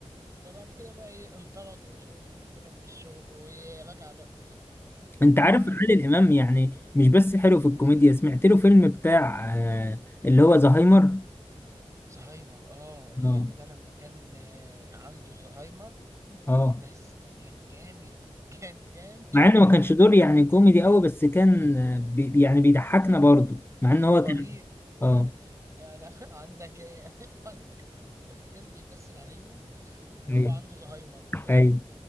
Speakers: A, on the right; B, on the left.
A: فبعد كده بقى ايه انطرد ومش عارف ايه وكده من الشغل ورجع بقى
B: انت
A: وبعد
B: عارف عادل امام يعني مش بس حلو في الكوميديا سمعت له فيلم بتاع آه اللي هو زهايمر
A: زهايمر اه الفيلم
B: اه
A: ده لما كان آه، عنده زهايمر
B: اه
A: بس كان جامد كان جامد
B: مع انه ما كانش دور يعني كوميدي قوي بس كان آه، بي يعني بيضحكنا برضه مع ان هو
A: رهيب
B: كان اه
A: يعني يعني <laughs> عندك ايه <laughs> عندك لما كان بيمثل عليهم ان
B: ايوه
A: هو عنده زهايمر تمام
B: ايوه